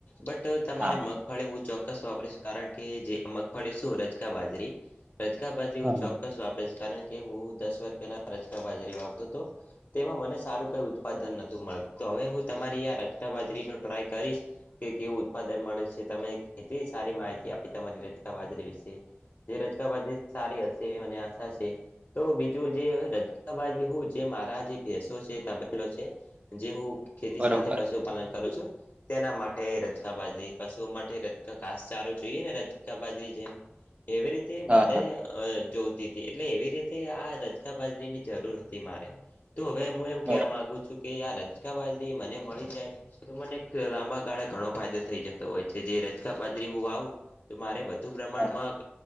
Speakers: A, on the left; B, on the right.
A: બટ તમારે
B: હા
A: મગ ફળી હું ચોક્કસ વાપરીશ કારણ કે જે મગફળી શું રજકા બાજરી રજકા બાજરી
B: હા
A: હું ચો ચોક્કસ વાપરીશ કારણ કે હું દસ વર્ષ પેલા રચકા બાજરી વાવતો હતો. તેમાં મને સારું કઈ ઉત્પાદન નતું મળતું તો હવે હું તમારી આ રચકા બાજરી નો ટ્રાય કરીશ. કે કેવું ઉત્પાદન મળે છે તમે કેટલી સારી માહિતી આપી તમારી રચકા બાજરી વિશે. જે રચકા બાજરી સારી હશે એવી મને આશા છે. તો બીજું જે રચકા બાજરી હોય જે મારા જે ભેસો છે તબેલો છે જે હું ખેતી
B: બરોબર
A: સાથે પશુપાલન કરું છું તેના માટે એ રચકા બાજરી. પશુઓ માટે રચકા ઘાસચારો જોઈએ ને રચકા બાજરી જેમ એવી રીતે
B: હા
A: મારે
B: હા
A: અ જોતી હતી એટલે એવી રીતે આ રચકા બાજરીની જરૂર હતી મારે તો હવે હું એમ
B: બરોબર
A: કેવા માગુ છું કે આ રચકા બાજરી મને મળી. જ્યાય તો મને એક લાંબા ગાળે ઘણો ફાયદો થઈ જતો હોય છે. જે રચકા બાજરી હું વાવું. તો મારે વધુ પ્રમાણમાં
B: હા